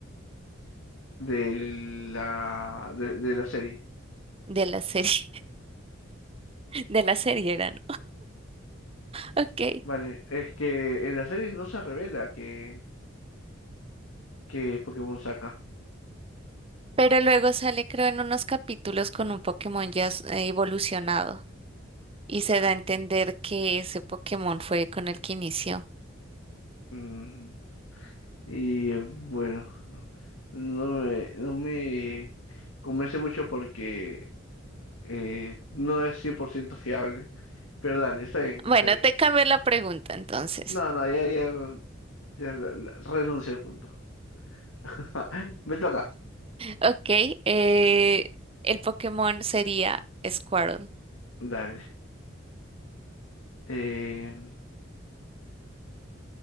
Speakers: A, on the left (about 85°); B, on the right (about 30°).
A: de la, de, de la serie.
B: De la serie, <laughs> de la serie era, ¿no? Ok.
A: Vale, es que en la serie no se revela que, que Pokémon saca.
B: Pero luego sale, creo, en unos capítulos con un Pokémon ya s- eh, evolucionado y se
A: Ah,
B: da a entender que ese Pokémon fue con el que inició.
A: mm, y bueno, no me, no me convence mucho porque eh, no es 100% fiable. Pero dale, está bien,
B: Bueno,
A: está bien.
B: te cambio la pregunta entonces.
A: No, no, ya, ya, ya la- la- renuncio al punto. <laughs> Me toca.
B: Ok, eh, el Pokémon sería Squirtle.
A: Dale. Eh,